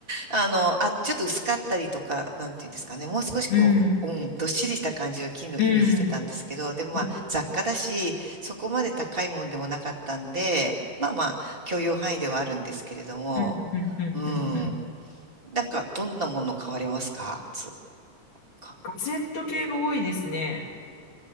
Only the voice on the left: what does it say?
うん。うん。
うん。
うん。
うん。うん。うん。
うん。うん
ガジェット系が多いですね。